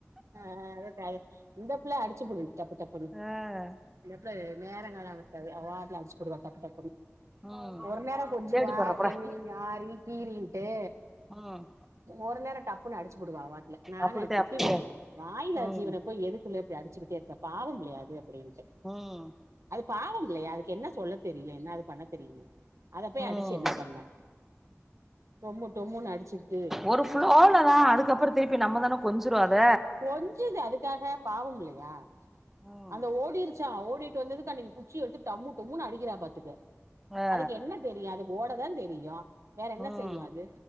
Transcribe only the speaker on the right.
அ அதா கரெக்ட் இந்த பிள்ள அடிச்சு புடு டப்பு டப்புனு
இந்த புல்ல நேரங்காலோ வட்டது வாட்ல அடிச்சு புடுவா டக்கு டக்குனு
ஒரு நேரொ கொஞ்ஜூவா
கண்மிணி ரி கீறி டு
ஒரு நேரொ டப்புன்னு அடிச்சி புடுவா அவாட்டுல நா
திட்டுவே
வாயிலா
ஜீவன போய் எதுக்குள்ள இப்டி அடிச்சுக்கிட்டே இருக்க பாவம்ல்லையாது அப்டின்
பாவம்மில்லையா அதுக்கு என்ன சொல்ல தெரியு என்ன அது பண்ண தெரியுமா அத போய்
அடிச்சு என்ன பண்ண டொம்மு டொம்முன்னு அடிச்சுக்கிட்டு
கொஞ்சுது அதுக்காக பாவமில்லியா
அந்த ஓடி ருச்சா ஓடிட்டு வந்ததுக்கு அன்னைக்கு குச்சி எடுத்து டம்மு டும்ன்னு அடிக்றா பாத்துக்க
அதுக்கு என்ன தெரியு அது ஓட தா தெரியு வேற என்ன
செய்யு அது